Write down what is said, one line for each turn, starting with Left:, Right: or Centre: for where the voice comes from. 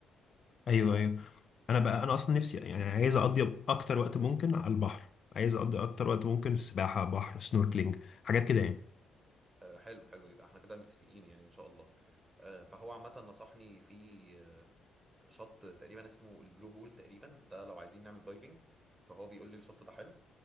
Left: ايوه ايوه انا بقى انا اصلا نفسي يعني عايز اقضي اكتر وقت ممكن على البحر عايز اقضي اكتر وقت ممكن في سباحه بحر سنوركلينج حاجات كده يعني
Right: آه، حلو حلو يبقى احنا كده متفقين يعني ان شاء الله آه، فهو عامه نصحني في آه، شط تقريبا اسمه البلو هول تقريبا ده لو عايزين نعمل دايفنج فهو بيقول لي الشط ده حلو